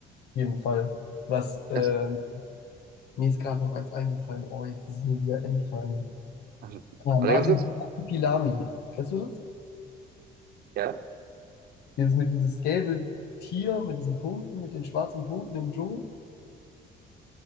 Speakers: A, on the left; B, on the right.
A: jeden Fall. Was, ähm,
B: Das,
A: mir ist gerade noch eins eingefallen. Oh, jetzt ist es mir wieder entfallen.
B: also,
A: Ah, Masibuki
B: warte ganz kurz.
A: Pilami. Kennst du das?
B: Ja.
A: Dieses mit dieses gelbe Tier mit diesen Punkten, mit den schwarzen Punkten im Dschungel.